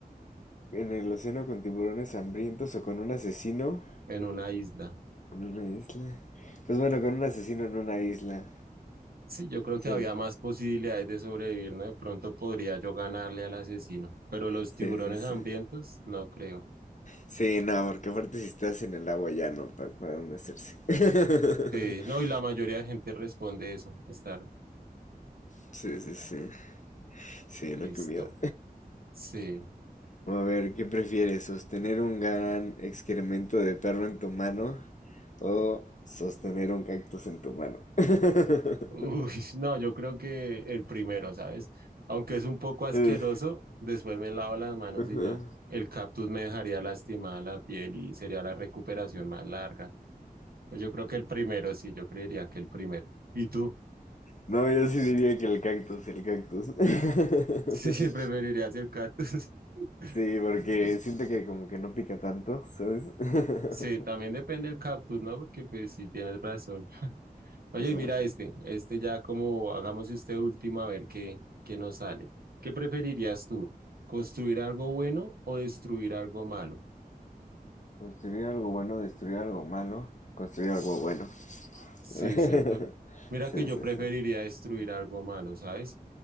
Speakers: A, on the left; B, on the right.
A: ¿En el océano con tiburones hambrientos o con un asesino?
B: en una isla?
A: En una isla. Pues bueno, con un asesino en una isla.
B: Sí, yo creo
A: Sí,
B: que había más posibilidades de sobrevivir, ¿no? De pronto podría yo ganarle al asesino, pero los
A: sí,
B: tiburones
A: sí, sí.
B: hambrientos, no creo.
A: Sí, no, porque aparte si estás en el agua ya no, pa- para dónde hacerse. <laughs>
B: Sí, no, y la mayoría de gente responde eso, estar
A: Sí, sí, sí. Sí,
B: listo.
A: no, qué miedo.
B: Sí.
A: A ver, ¿qué prefieres? ¿Sostener un gran excremento de perro en tu mano o sostener un cactus en tu mano? <laughs>
B: Uy, <laughs> no, yo creo que el primero, ¿sabes? Aunque es un poco asqueroso,
A: Eh,
B: después me lavo las manos
A: ujú.
B: y ya. El cactus me dejaría lastimada la piel y sería la recuperación más larga. Pues yo creo que el primero, sí, yo creería que el primero. ¿Y tú? <laughs>
A: No, yo sí diría que el cactus, el cactus. <laughs>
B: Sí, preferirías el cactus. <laughs>
A: Sí, porque
B: Mm,
A: siento que como que no pica tanto, ¿sabes? <laughs>
B: Sí, también depende del cactus, ¿no? Porque pues sí, tienes razón. <laughs> Oye,
A: Entonces,
B: mira este, este ya como hagamos este último a ver qué, qué nos sale. ¿Qué preferirías tú? ¿Construir algo bueno o destruir algo malo?
A: construir algo bueno, destruir algo malo, construir algo bueno.
B: Sí,
A: <laughs>
B: cierto. Mira
A: Sí,
B: que yo
A: sí,
B: preferiría
A: sí.
B: destruir algo malo, ¿sabes?